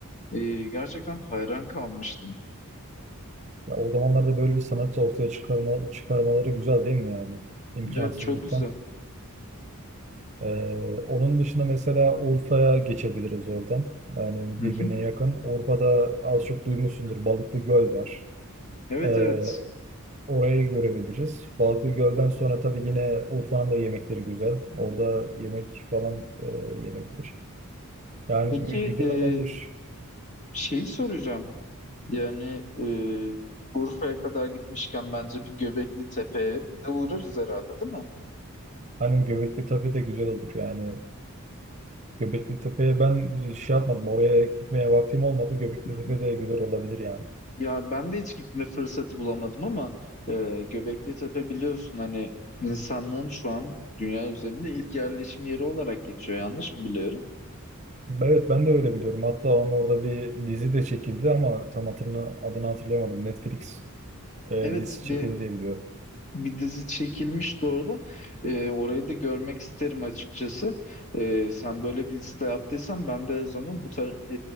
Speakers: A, on the left; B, on the right.
A: e, gerçekten hayran kalmıştım.
B: Ya o zamanlarda böyle bir sanat ortaya çıkarma, çıkarmaları güzel değil mi yani? İmkansızlıktan.
A: Evet çok güzel.
B: Ee, onun dışında mesela Urfa'ya geçebiliriz oradan. Yani
A: Hı
B: birbirine
A: hı.
B: yakın. Urfa'da az çok duymuşsundur Balıklı Göl var.
A: Evet
B: Ee,
A: evet.
B: orayı görebiliriz. Balıklı Göl'den sonra tabii yine Urfa'nın da yemekleri güzel. Orada yemek falan e, yenebilir. Yani
A: Peki
B: gü- güzel
A: e,
B: olabilir.
A: şeyi soracağım. Yani e, Urfa'ya kadar gitmişken bence bir Göbekli Tepe'ye de uğrarız herhalde değil mi?
B: Hani Göbekli Tepe de güzel olur yani. Göbekli Tepe'ye ben e, şey yapmadım. Oraya gitmeye vaktim olmadı. Göbekli
A: Hı hı.
B: Tepe de güzel olabilir yani.
A: Ya ben de hiç gitme fırsatı bulamadım ama e, Göbekli Tepe biliyorsun hani insanlığın şu an dünya üzerinde ilk yerleşim yeri olarak geçiyor yanlış mı biliyorum?
B: Evet ben de öyle biliyorum. Hatta onun orada bir dizi de çekildi ama tam hatırını, adını hatırlayamadım. Netflix e,
A: Evet
B: dizisi
A: bir
B: çekildi diye biliyorum.
A: bir dizi çekilmişti orada. E, orayı da görmek isterim açıkçası. E, sen böyle bir liste yaptıysan ben de o zaman bu tar-